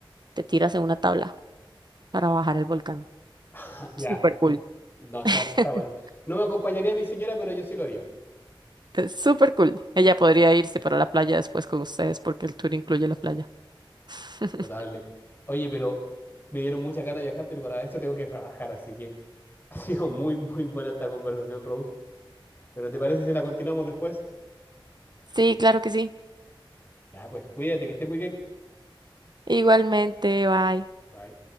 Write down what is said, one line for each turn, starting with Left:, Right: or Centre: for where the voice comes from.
Right: te tiras en una tabla. para bajar el volcán.
Left: Ah, ya,
Right: Súper cool.
Left: no, está,
Right: <laughs>
Left: está bueno. No me acompañaría mi señora, pero yo sí lo haría.
Right: Es súper cool. Ella podría irse para la playa después con ustedes porque el tour incluye la playa. <laughs>
Left: Notable. Oye, pero me dieron muchas ganas de viajar, pero para esto tengo que trabajar, así que <laughs> ha sido muy, muy buena esta conversación, Rose. Pero ¿te parece si la continuamos después?
Right: Sí, claro que sí.
Left: Ya, pues cuídate, que estés muy bien.
Right: Igualmente, bye.
Left: Bye.